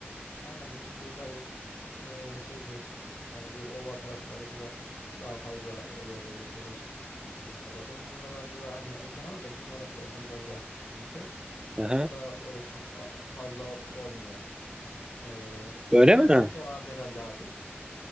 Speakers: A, on the left; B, on the right.
A: Aynen bu- buğdayı eee, şeydi yani bu ova taraflarında daha fazla oluyor böyle şeyler bildiğim kadarıyla. Bizim oralarda da hani eken olur da bizim orası zaten biraz daha küçük bizim köy.
B: Aha.
A: Orada öyle çok a- fazla o- olmuyor. Eee sende
B: Öyle mi?
A: bir bahçe
B: Ha.
A: vardı herhalde abi.